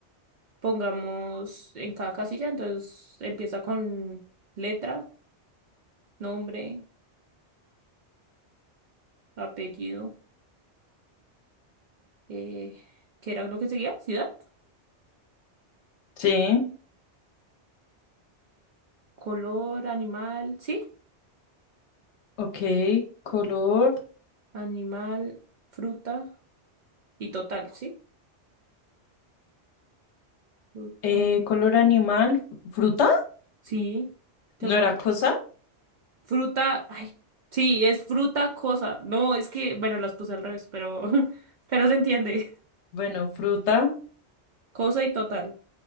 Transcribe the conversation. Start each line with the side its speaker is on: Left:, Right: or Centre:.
Right: pongamos en cada casilla, entonces empieza con letra, nombre. apellido, eh, ¿qué era lo que seguía? Ciudad,
Left: Sí,
Right: color, animal, sí,
Left: ok. Color,
Right: animal, fruta y total, sí, fruta,
Left: eh, color animal, fruta,
Right: sí, de
Left: ¿no
Right: acuerdo.
Left: era cosa?
Right: Fruta, ay, sí, es fruta, cosa. No, es que, bueno, las puse al revés, pero, <laughs> pero se entiende.
Left: Bueno, fruta,
Right: Cosa y total,